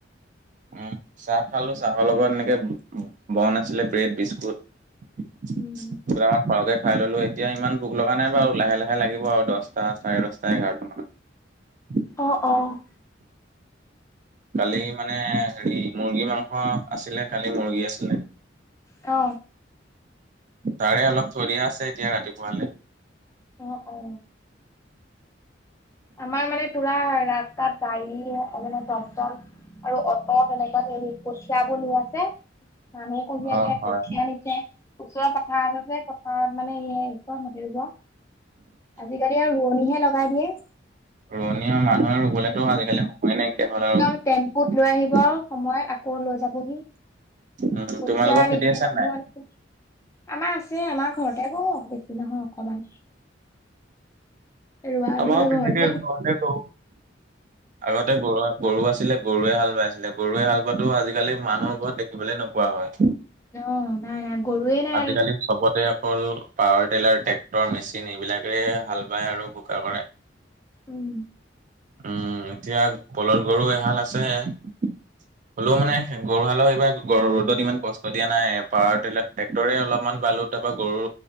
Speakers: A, on the right; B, on the left.
A: উম চাহ খালো চাহৰ লগত এনেকে- বন আছিলে ব্ৰেড, বিস্কুট পোৰা
B: উম
A: সৰহকে খাই ললো এতিয়া ইমান ভোক লগা নাই বাৰু, লাহে লাহে লাগিব আৰু দছটা, চাৰে দছটা, এঘাৰটা মানত। <inaudible>
B: অ, অ।
A: কালি মানে হেৰি মুৰ্গী মাংস আছিলে, কালি মুৰ্গী আছিলে।
B: অ।
A: তাৰে অলপ থৈ দিয়া আছে এতিয়া ৰাতিপুৱালে।
B: অঁ অ অ অ। আমাৰ মানে পুৰা ৰাস্তাত গাড়ী মানে টম টম আৰু অ'ত এনেকুৱাত হেৰি কঠিয়াবোৰ নি আছে। মানুহ কঢ়িয়াইছে,
A: অ', হয়
B: কঠীয়া আনিছে, ওচৰৰ পথাৰ আছে যে আমাৰ মানে <unintelligible> মাটি ৰুব। আজিকালি আৰু ৰোৱনীহে লগাই দিয়ে।
A: ৰোৱনী মানুহে ৰুবলেতো
B: উম
A: আজি-কালি সময়ে নাইকিয়া হ'ল
B: একদম
A: আৰু।
B: টেম্পুত <unintelligible> সময়ত আকৌ লৈ যাবহি।
A: উম,
B: কঠিয়া
A: তোমালোকৰ
B: আনিছে,
A: খেতি আছে
B: মানুহ
A: নাই?
B: আনিছে। আমাৰ আছেই আমাৰ ঘৰত টেগ বেছি নহয় অকমান, ৰোৱা
A: আমাৰো
B: বেলা
A: তেনেকে
B: ঘৰত
A: ঘৰতে কৰো। আগতে গৰু আছি গৰু আছিলে গৰুৱে হাল বাই আছিলে, গৰুৱে হাল বোৱাতো আজিকালি মানুহৰ ঘৰত দেখিবলে নোপোৱা হয়।
B: অ নাই, নাই গৰুৱে নাই
A: আজিকালি
B: আৰ
A: চবতে অকল পাৱাৰ টেইলৰ ট্ৰেক্টৰ মেচিন এইবিলাকেৰে হাল বায় আৰু বোকা কৰে।
B: উম।
A: উম উ এতিয়া বলধ গৰু এখান আছে। চি হ'লেও মানে গৰুহালও এইবাৰ গৰ ৰ'দত ইমান কষ্ট দিয়া নাই, পাৱাৰ টেইলৰ ট্ৰেকটৰে অলপমান বালো তাৰপা গৰু